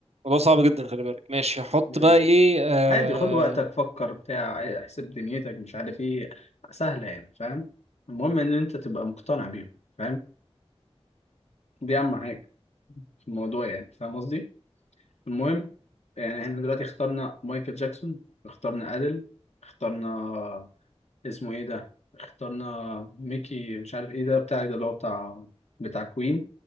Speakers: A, on the right; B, on the left.
A: الموضوع صعب جدا خلي بالك ماشي هحط
B: تمام.
A: بقى ايه آه...
B: عادي خد وقتك فكر بتاع احسب دنيتك مش عارف ايه سهلة يعني فاهم المهم ان انت تبقى مقتنع بيهم فاهم دي اهم حاجة في الموضوع يعني فاهم قصدي المهم يعني احنا دلوقتي اخترنا مايكل جاكسون اخترنا ادل اخترنا اسمه ايه ده اخترنا ميكي مش عارف ايه ده بتاعك ده اللي هو بتاع بتاع كوين